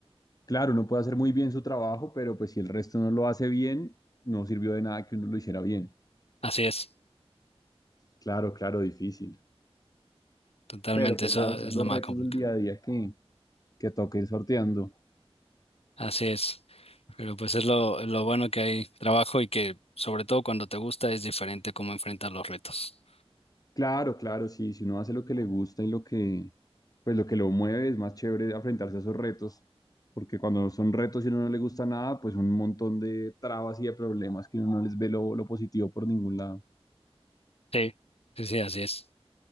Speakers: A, on the left; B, on the left.
A: Claro, uno puede hacer muy bien su trabajo, pero pues si el resto no lo hace bien, no sirvió de nada que uno lo hiciera bien.
B: Así es,
A: Claro, claro, difícil.
B: totalmente,
A: Pero pues
B: eso
A: nada, son
B: es
A: los
B: lo más
A: retos
B: complicado.
A: del día a día que, que toca ir sorteando.
B: Así es, pero pues es lo, lo bueno que hay trabajo y que sobre todo cuando te gusta es diferente cómo enfrentar los retos.
A: Claro, claro, sí, si uno hace lo que le gusta y lo que, pues lo que lo mueve, es más chévere enfrentarse a esos retos, porque cuando son retos y a uno no le gusta nada, pues un montón de trabas y de problemas que uno no les ve lo, lo positivo por ningún lado.
B: Sí, sí, sí, así es.